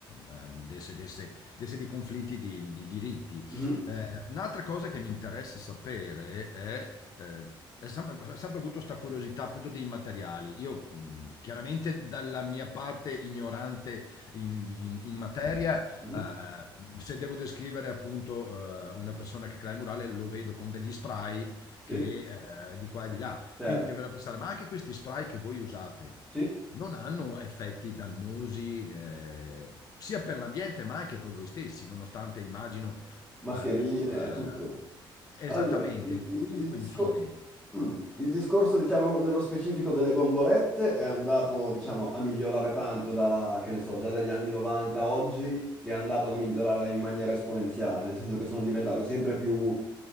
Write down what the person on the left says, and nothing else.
ehm, desse, desse- desse dei conflitti di, di diritti.
Eh, un'altra cosa che mi interessa sapere è... eh, è sempre, ho sempre avuto questa curiosità appunto dei materiali. Io, mh, chiaramente dalla mia parte ignorante in, in- in materia, eh,
eh, se devo descrivere appunto eh, una persona che crea il murale, lo vedo con degli spray
che eh, di qua e di là.
Quindi mi verrà a pensare, ma anche questi spray che voi usate
non hanno effetti dannosi eh, sia per l'ambiente ma anche per voi stessi, nonostante immagino
eh, tu eh,
esattamente,
comunque
infine.